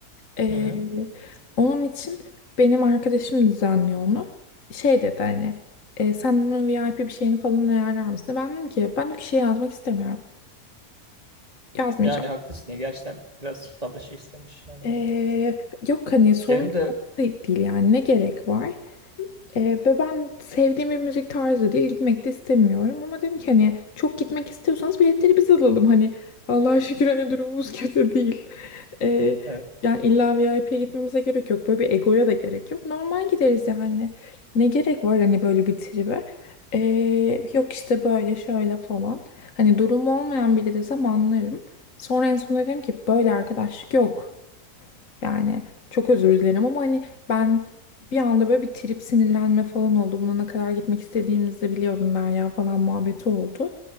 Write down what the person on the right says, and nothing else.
Hı hı.
Yani haklısın ya gerçekten biraz fazla şey istemiş yani.
Benim de
evet.